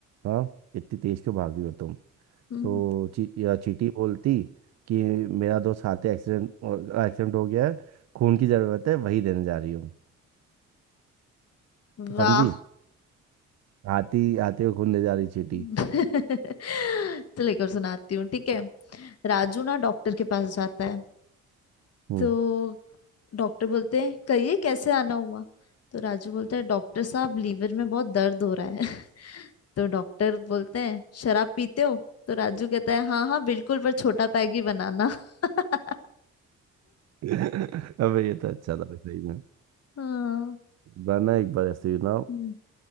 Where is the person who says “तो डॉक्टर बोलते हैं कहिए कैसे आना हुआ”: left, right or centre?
Left